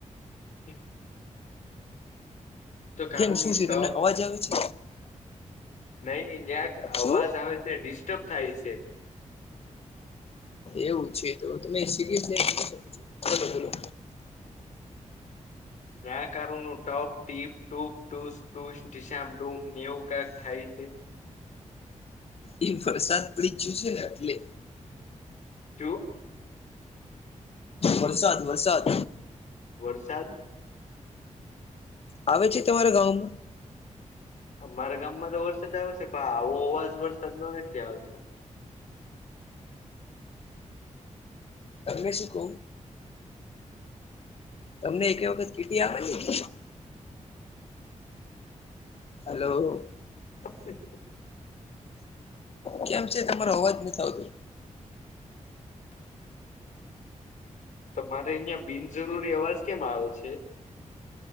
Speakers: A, on the left; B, on the left.
A: <unintelligible> તો કારું
B: કેમ શું
A: નું
B: છે
A: ટપ
B: તમને અવાજ આવે છે?
A: નઈ નઈ ન્યાંક અવાજ
B: શું
A: આવે છે ડિસ્ટર્બ થાય છે.
B: એવું છે, તો તમે સિરયસ શકો છો બોલો બોલો.
A: નાકારુ ન ટપ ટીપ ટુપ ટુસુ સામ <inaudible> ને એવું કક થાય છે.
B: એ વરસાદ પડી છે, ને એટલે
A: જો.
B: વરસાદ વરસાદ
A: વરસાદ
B: આવે છે તમારા ગામમાં
A: અમારા ગામમાં તો વરસાદ આવે છે, પણ આવો અવાજ વરસાદ ન નથી આવતો.
B: તમને સુ ક્વ તમને એક વખત કીટી આવે ને હલો
A: <unintelligible>
B: કેમ છે તમારો અવાજ નથી થ આવતો.
A: તો મારે અહિયાં બિનજરૂરી અવાજ કેમ આવે છે?